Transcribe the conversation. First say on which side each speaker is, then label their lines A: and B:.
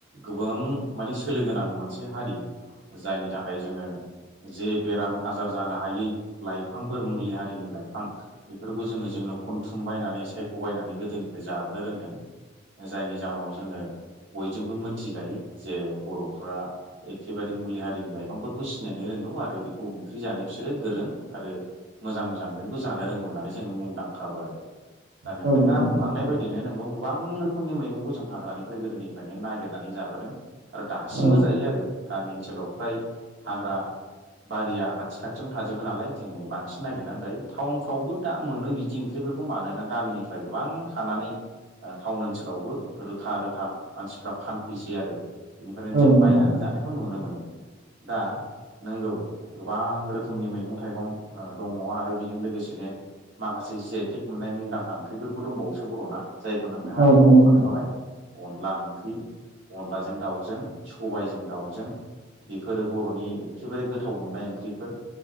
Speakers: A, on the right (about 70°); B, on the right (about 85°).
A: गोबां माने सोलो गोनां मोनसे हारि जायनि थाखाय जोंङो जे बेराम आजार जानो हायै लाइफांफोर मुलि हारिनि लाइफां बेफोरखौ जोंङो जों नो खनथुम बायनानै सायख' बायनानै गोदोनिफ्राय जाबोनो रोंदों जायनि जाउनाव जोंङो बयजोंबो मोनथिजायो जे बर'फ्रा एखेबारे मुलि हारिनि लाइफांफोरखौ सिनायनो रोंगौ आरो बेखौ ओंख्रि जानो बिसोरो गोरों आरो मोजां मोजां ओंख्रिखौ जानो रोंगौ होननानै जों मुंदांखा दा नोंथाङा
B: नंगौ
A: बुंलांनाय
B: नोंथां
A: बायदिनो नंगौ गोबां रोखोमनि मैगंखौ जों हाग्रानिफ्राय गोदोनि नो नागिरनानै जाबोदों आरो दासिमबो
B: औ
A: जायो आरो गामिनि ओनोलाव फ्राय हाग्रा बारिया खाथि खाथियावनो थाजबो नालाय जोंङो बांसिन नागिरनानै जायो टाउनफ्रावबो दा मोनो बिदि ओंख्रिफोरखौ मानोना गामिनिफ्राय गोबां खानानै टाउन ओनसोलावबो रोखा - रोखा मानसिफ्रा फानफैसै आरो बेनिफ्रायनो
B: औ
A: जों
B: नंगौ
A: बायनानै
B: नोंथां
A: जानायखौ नुनो मोनो दा नंगौ गोबां रोखोमनि मैगं थाइगं दंङो आरो बेजों लोगोसेनो माखासे जि आइ टेक मोननाय मुंदांखा ओंख्रिफोरबो दंबावोसो बर' फोरना जायखौ नोंथांङानो
B: औ
A: मुंखौ
B: नंगौ नोंथां
A: लांखाबाय अनला ओंख्रि अनलाजों दाउजों सबायजों दाउजों बेफोरो बर'नि एखेबारे गोथाव मोननाय ओंख्रिफोर